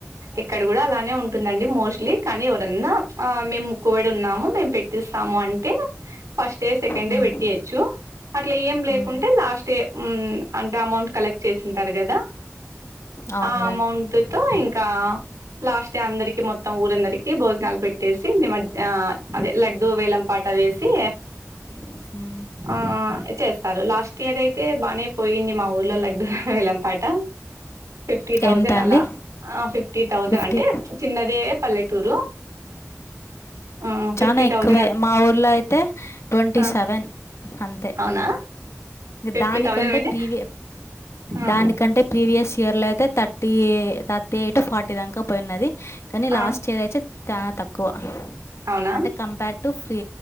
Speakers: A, on the right (about 80°); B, on the left (about 60°).
A: ఇక్కడ కూడా అలానే ఉంటుందండి మోస్ట్లీ కానీ ఎవరన్నా మేము ముక్కుబడి ఉన్నాము మేము పెట్టిస్తాము అంటే ఫస్ట్ డే సెకండ్
B: హ్మ్.
A: డే పెట్టి అచ్చు అట్లా ఏం లేకుంటే
B: హ్మ్.
A: లాస్ట్ అంటే అమౌంట్ కలెక్ట్ చేసింటారు కదా
B: అవును
A: ఆ అమౌంట్ తో ఇంకా లాస్ట్ డే అందరికి మొత్తం ఊరందరికీ భోజనాలు పెట్టేసి నిమ అదే లడ్డు వేలంపాట వేసి
B: ఉ
A: ఆ చేస్తారు లాస్ట్ ఇయర్ అయితే బాగానే పోయింది మా ఊర్లో లడ్డు వేలం పాట ఫిఫ్టీ తథౌసండ్
B: ఎంత అండి
A: అలా ఆ ఫిఫ్టీ థౌజండ్
B: ఫిఫ్టీ
A: అంటే చిన్నదే పల్లెటూరు ఆ ఫిఫ్టీ
B: చాలా ఎక్కువే
A: థౌజండ్
B: మా ఊర్లో అయితే ట్వంటీ
A: ఆ
B: సెవెన్ అంతే
A: అవునా
B: ఇంక
A: ఫిఫ్టీ
B: దానికంటే
A: థౌజండ్ విని
B: ప్రీవియ
A: ఆ
B: దానికంటే ప్రీవియస్ ఇయర్లో అయితే థర్టీ ర్తి ఎయిట్ ఫార్టీ దాక పోయినది కానీ
A: ఆ
B: లాస్ట్ ఇయర్ అయితే చాలా తక్కువ
A: అవునా
B: అంటే కంపేర్ టు ఫ్రీ